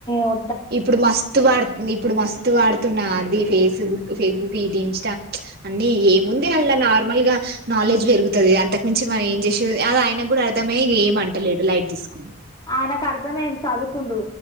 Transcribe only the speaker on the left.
వ
ఆయనకు అర్థమైంది చదువుకుండు